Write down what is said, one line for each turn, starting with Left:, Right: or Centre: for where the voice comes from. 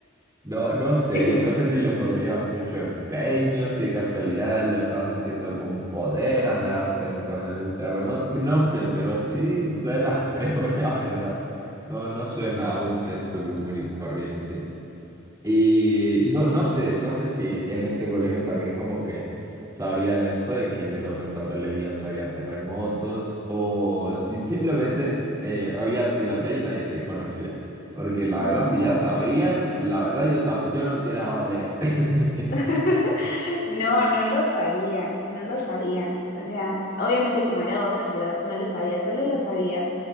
Right: No, no sé,
Left: <laughs>
Right: no sé si le pondrías mucho empeño, si de casualidad lo estabas haciendo con poder, andabas pensando en el terremoto, no sé, pero sí suena feo, <laughs> la verdad. No, no suena a un texto común y corriente. Y no, no sé, no sé si en este colegio también como que sabrían esto de que en el otro cuando leías había terremotos o si simplemente eh, habías ido allá y nadie te conocía. Porque la verdad,
Left: No, no.
Right: si ya sabían, la verdad yo, tam- yo no te hubiera dejado leer. <laughs>
Left: <laughs> No, no lo sabían, no lo sabían. O sea, obviamente como era otra ciudad, no lo sabía, solo lo sabía,